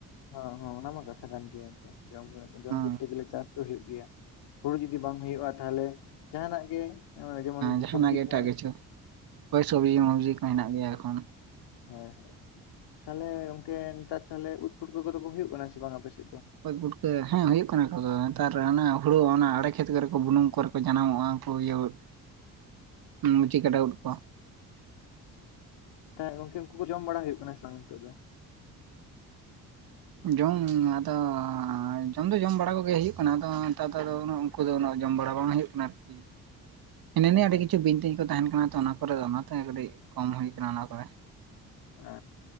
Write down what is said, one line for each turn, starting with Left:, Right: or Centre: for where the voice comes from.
Left: ᱦᱚᱸ ᱦᱚᱸ ᱚᱱᱟ ᱢᱟ ᱠᱟᱛᱷᱟ ᱠᱟᱱᱜᱮᱭᱟ ᱜᱚᱢᱠᱮ ᱡᱚᱢ ᱦᱚᱞᱮ ᱡᱚᱢ
Right: ᱦᱮᱸ
Left: ᱠᱚᱨᱛᱮ ᱜᱮᱞᱮ ᱪᱟᱥ ᱾ ᱦᱩᱭᱩᱜ ᱜᱮᱭᱟ ᱦᱩᱲᱩ ᱡᱩᱫᱤ ᱵᱟᱝ ᱦᱩᱭᱩᱜᱼᱟ ᱛᱟᱦᱚᱞᱮ ᱡᱟᱦᱟᱱᱟᱜ ᱜᱮ ᱾ ᱦᱮᱸ ᱡᱮᱢᱚᱱ
Right: ᱡᱟᱦᱟᱱᱟᱜ
Left: ᱥᱚᱵᱡᱤ
Right: ᱜᱮ
Left: ᱠᱚ
Right: ᱮᱴᱟᱜ
Left: <inaudible>
Right: ᱠᱤᱪᱷᱩ ᱦᱳᱭ ᱥᱚᱵᱽᱡᱤ ᱢᱚᱵᱽᱡᱤ ᱦᱮᱱᱟᱜ ᱜᱮᱭᱟ ᱮᱠᱷᱚᱱ ᱾
Left: ᱦᱳᱭ ᱦᱳᱭ ᱛᱟᱦᱚᱞᱮ ᱚᱱᱠᱮ ᱱᱮᱛᱟᱨ ᱛᱟᱦᱚᱞᱮ ᱩᱫ ᱯᱩᱴᱠᱟᱹ ᱠᱚᱫᱚ ᱠᱚ ᱦᱩᱭᱩᱜ ᱠᱟᱱᱟ ᱥᱮ ᱵᱟᱝ ᱟᱯᱮᱥᱮᱫ ᱫᱚ ᱾
Right: ᱚᱪ ᱯᱩᱴᱠᱟᱹ ᱦᱮᱸ ᱦᱩᱭᱩᱜ ᱠᱟᱱᱟ ᱠᱚᱫᱚ ᱱᱮᱛᱟᱨ ᱚᱱᱟ ᱦᱩᱲᱳ ᱚᱱᱟ ᱟᱲᱮ ᱠᱷᱮᱛ ᱠᱚᱨᱮ ᱠᱚ ᱵᱩᱱᱩᱢ ᱠᱚᱨᱮ ᱠᱚ ᱡᱟᱱᱟᱢᱚᱜᱼᱟ ᱩᱱᱠᱩ ᱤᱭᱟᱹ ᱾
Left: ᱦ <unintelligible>
Right: ᱢᱩᱪᱤᱠᱴᱟ ᱩᱫ ᱠᱚ ᱾
Left: ᱦᱮᱸ ᱜᱚᱢᱠᱮ ᱩᱱᱠᱩ ᱠᱚ ᱡᱚᱢ ᱵᱟᱲᱟ ᱦᱩᱭᱩᱜ ᱠᱟᱱᱟ ᱥᱮ ᱵᱟᱝ ᱱᱤᱛᱚᱜ ᱫᱚ?
Right: ᱡᱚᱢ ᱟᱫᱚ ᱡᱚᱢ ᱫᱚ ᱡᱚᱢ ᱵᱟᱲᱟ ᱠᱚᱜᱮ ᱦᱩᱭᱩᱜ ᱠᱟᱱᱟ ᱟᱫᱚ ᱱᱮᱛᱟᱨ ᱫᱚ ᱟᱫᱚ ᱾ ᱩᱱᱠᱩ ᱫᱚ ᱩᱱᱟᱹᱜ ᱡᱚᱢ ᱵᱟᱲᱟ ᱵᱟᱝ ᱦᱩᱭᱩᱜ ᱠᱟᱱᱟ ᱟᱨᱠᱤ ᱾ ᱦᱤᱱᱟᱹ ᱱᱤᱭᱟᱹ
Left: ᱟᱪᱪᱷᱟ
Right: ᱟᱹᱰᱤ ᱠᱤᱪᱷᱩ ᱵᱤᱱᱛᱤᱧ ᱠᱚ ᱛᱟᱦᱮᱱ ᱠᱟᱱᱟ ᱛᱚ ᱚᱱᱟ ᱠᱚᱨᱮ ᱚᱱᱟᱛᱮ ᱠᱟᱹᱴᱤᱡ ᱠᱚᱢ ᱦᱩᱭ ᱟᱠᱟᱱᱟ ᱚᱱᱟ ᱠᱚᱨᱮ ᱾
Left: ᱟ